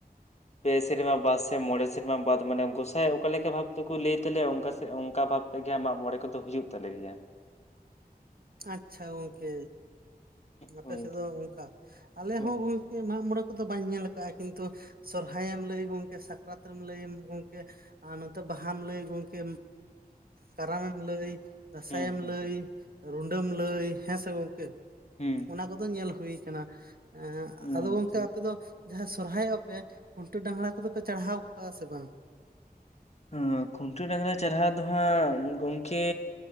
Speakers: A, on the left (about 45°); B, on the right (about 65°).
A: ᱯᱮ ᱥᱮᱨᱢᱟ ᱵᱟᱫ ᱥᱮ ᱢᱚᱬᱮ ᱥᱮᱨᱢᱟ ᱵᱟᱫ ᱢᱟᱱᱮ ᱜᱚᱸᱥᱟᱭ ᱚᱠᱟ ᱞᱮᱠᱟ ᱵᱷᱟᱵ ᱛᱮᱠᱚ ᱞᱟᱹᱭ ᱛᱟᱞᱮᱭᱟ ᱚᱱᱠᱟ ᱚᱱᱠᱟ ᱵᱷᱟᱵ ᱛᱮᱜᱮ ᱢᱟᱜ ᱢᱚᱬᱮ ᱠᱚᱫᱚ ᱦᱩᱭᱩᱜ ᱛᱟᱞᱮ ᱜᱮᱭᱟ᱾
B: ᱟᱪᱪᱷᱟ ᱜᱚᱝᱠᱮ ᱟᱯᱮ
A: ᱦᱳᱭ
B: ᱥᱮᱫ ᱫᱚ ᱚᱱᱠᱟ ᱟᱞᱮ
A: ᱦᱳᱭ
B: ᱦᱚ ᱠᱮ ᱢᱟᱜᱢᱚᱬᱮ ᱠᱚᱫᱚ ᱵᱟᱹᱧ ᱧᱮᱞ ᱟᱠᱟᱜᱼᱟ ᱠᱤᱱᱛᱩ ᱥᱚᱨᱦᱟᱭᱮᱢ ᱞᱟᱹᱭ ᱜᱚᱝᱠᱮ ᱥᱟᱠᱨᱟᱛ ᱮᱢ ᱞᱟᱹᱭ ᱜᱚᱝᱠᱮ ᱟᱨ ᱱᱚᱛᱮ ᱵᱟᱦᱟᱢ ᱞᱟᱹᱭ ᱜᱚᱝᱠᱮ ᱠᱟᱨᱟᱢ ᱮᱢ ᱞᱟᱹᱭ ᱫᱟᱸᱥᱟᱭ
A: ᱦᱩᱸ
B: ᱮᱢ ᱞᱟᱹᱭ ᱨᱩᱰᱟᱹᱢ ᱞᱟᱹᱭ ᱦᱮᱥᱮ ᱜᱚᱝᱠᱮ
A: ᱦᱩᱸ
B: ᱚᱱᱟ ᱠᱚᱫᱚ ᱧᱮᱞ ᱦᱩᱭ ᱟᱠᱟᱱᱟ᱾ ᱮ ᱦᱟᱸᱜ
A: ᱦᱩᱸ
B: ᱟᱫᱚ ᱜᱚᱝᱠᱮ
A: ᱦᱩᱸ ᱟᱪᱪᱷᱟ
B: ᱟᱯᱮ ᱫᱚ ᱡᱟᱦᱟᱸ ᱥᱚᱨᱦᱟᱭᱚᱜᱼᱟ ᱯᱮ ᱠᱷᱩᱱᱴᱟᱹ ᱰᱟᱸᱜᱽᱨᱟ ᱠᱚᱫᱚ ᱯᱮ ᱪᱟᱲᱦᱟᱣ ᱠᱚᱣᱟ ᱥᱮ ᱵᱟᱝ᱾
A: ᱦᱮᱸ ᱠᱷᱩᱱᱴᱟᱹ ᱰᱟᱸᱜᱽᱨᱟ ᱪᱟᱲᱦᱟᱣ ᱫᱚ ᱦᱟᱸᱜ ᱜᱚᱝᱠᱮ